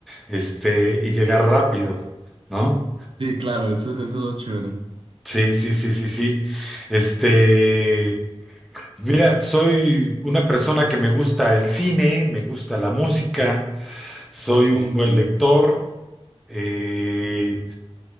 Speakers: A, in the centre; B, on the right.
A: este, y llegar rápido, ¿no?
B: Sí, claro, eso, eso es lo chévere.
A: Sí, sí, sí, sí, sí. Este, mira, soy una persona que me gusta el cine, me gusta la música, soy
B: Ok,
A: un buen lector. Eh,